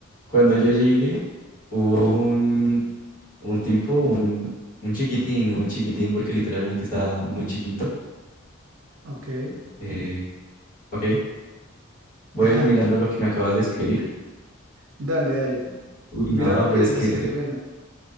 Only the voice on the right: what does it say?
ok.
<laughs>
Dale, dale.
Mira lo
que
es
bastante
bueno. <laughs>